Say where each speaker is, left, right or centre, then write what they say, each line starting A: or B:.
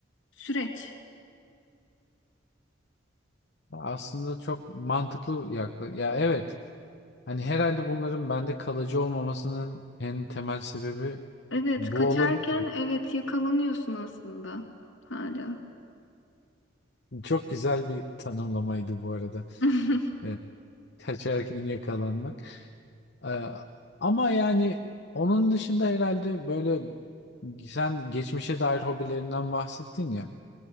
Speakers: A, on the left (about 75°); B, on the left (about 60°).
A: süreç.
B: Aslında çok mantıklı yakla ya evet hani herhalde bunların bende kalıcı olmamasının en temel sebebi
A: Evet,
B: bu
A: kaçarken
B: olabilir.
A: evet yakalanıyorsun aslında hala.
B: Çok güzel bir tanımlamaydı bu arada.
A: <laughs>
B: Evet, kaçarken yakalanmak. Ee, ama yani onun dışında herhalde böyle sen geçmişe dair hobilerinden bahsettin ya.